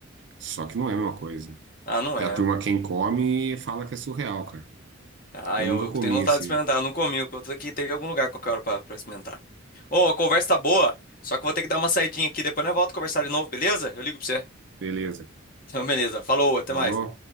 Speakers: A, on the right; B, on the left.
A: só que não é a mesma coisa.
B: Ah, não
A: Que
B: é.
A: a turma, quem come, fala que é surreal, cara.
B: Ah,
A: Eu
B: eu,
A: nunca
B: eu
A: comi
B: tenho vontade
A: esse.
B: de experimentar. Eu não comi, eu tô aqui, tem algum lugar qualquer hora pra, pra experimentar. Ô, a conversa tá boa, só que eu vou ter que dar uma saidinha aqui, depois nós volto a conversar de novo, beleza? Eu ligo pra você.
A: Beleza.
B: Então, beleza. Falou, até
A: Falou?
B: mais.